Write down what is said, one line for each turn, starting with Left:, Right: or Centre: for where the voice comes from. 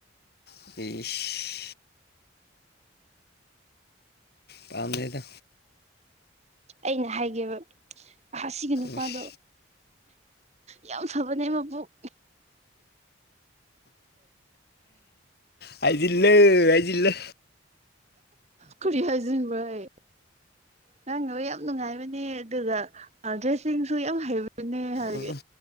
Left: ꯏꯁ ꯄꯥꯝꯗꯦꯗ
Right: ꯑꯩꯅ ꯍꯥꯏꯒꯦꯕ ꯑꯁꯤꯒꯤ ꯅꯨꯄꯥꯗꯣ
Left: ꯏꯁ
Right: ꯌꯥꯝ ꯐꯕꯅꯦ ꯃꯄꯨꯛ
Left: ꯍꯥꯏꯖꯤꯜꯂꯦ ꯍꯥꯏꯖꯤꯜꯂꯦ
Right: ꯀꯔꯤ ꯍꯥꯏꯁꯤꯟꯕ꯭ꯔ ꯍꯩ ꯉꯥꯡꯅꯕ ꯌꯥꯝ ꯅꯨꯡꯉꯥꯏꯕꯅꯦ ꯑꯗꯨꯒ ꯑꯥ ꯗ꯭ꯔꯦꯁꯤꯡꯁꯨ ꯌꯥꯝ ꯍꯩꯕꯤꯅꯦ ꯍꯥꯏꯒꯦ
Left: ꯎꯝ